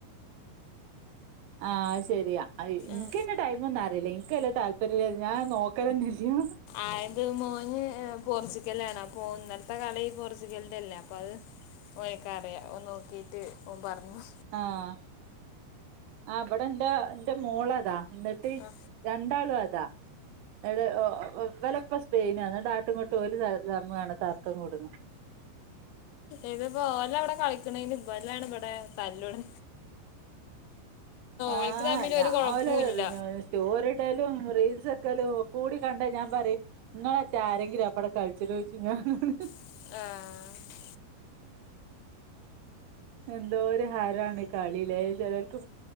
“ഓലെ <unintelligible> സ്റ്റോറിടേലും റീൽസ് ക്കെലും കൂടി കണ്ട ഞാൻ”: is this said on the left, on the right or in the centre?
Right